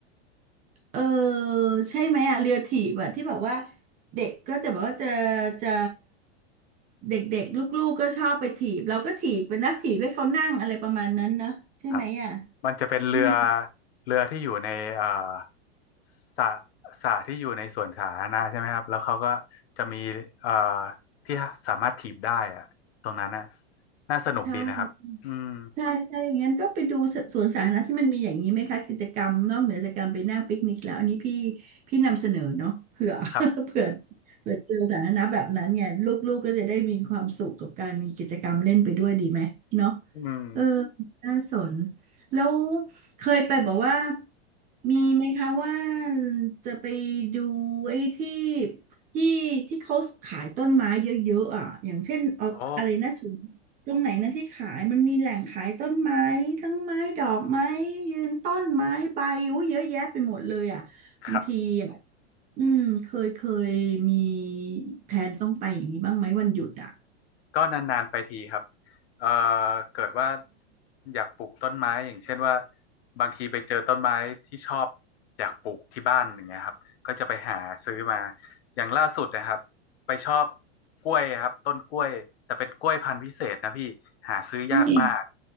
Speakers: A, on the right; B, on the left.
A: เออใช่ไหมอะเรือถีบอะที่แบบว่าเด็กก็จะแบบว่าจะจะเด็กๆลูกๆก็ชอบไปถีบเราก็ถีบเป็นนักถีบให้เขานั่งอะไรประมาณนั้นเนอะใช่ไหมอะ
B: ครับมันจะเป็นเรือ
A: อืม
B: เรือที่อยู่ในเอ่อสระสระที่อยู่ในสวนสาธารณะใช่ไหมครับแล้วเขาก็จะมีเอ่อที่สามารถถีบได้อะตรงนั้นน่ะน่าสนุกดีนะครับอืม
A: ใช่ ใช่ใช่ อย่างนั้นก็ไปดูสวนสาธารณะที่มันมีอย่างนี้ไหมคะกิจกรรมนอกเหนือจากการไปนั่งปิกนิกแล้วอันนี้พี่พี่นำเสนอเนาะเผื่อ
B: ครับ
A: <laughs> เผื่อเผื่อเจอสาธารณะแบบนั้นเนี่ยลูกๆกก็จะได้มีความสุขกับการมีกิจกรรมเล่นไปด้วยดีไหมเนาะ
B: <laughs> อืม
A: เออน่าสนแล้วเคยไปบอกว่ามีไหมคะว่าจะไปดูไอ้ที่ที่ที่เขาขายต้นไม้เยอะๆอ่ะอย่างเช่นเอาอะไรนะ
B: โอ้
A: ตรงไหนนะที่ขายมันมีแหล่งขายต้นไม้ทั้งไม้ดอกไม้ยืนต้นไม้ใบอู้เยอะแยะไปหมดเลยอ่ะบางทีอ่ะ
B: ครับ
A: อืมเคยเคยมีแผนต้องไปอย่างนี้บ้างไหมวันหยุดอ่ะ
B: ก็นานๆไปทีครับเอ่อเกิดว่าอยากปลูกต้นไม้อย่างเช่นว่าบางทีไปเจอต้นไม้ที่ชอบอยากปลูกที่บ้านอย่างเงี้ยครับก็จะไปหาซื้อมาอย่างล่าสุดนะครับไปชอบกล้วยครับต้นกล้วยแต่เป็นกล้วยพันธุ์พิเศษนะพี่หาซื้อยากมาก
A: อืม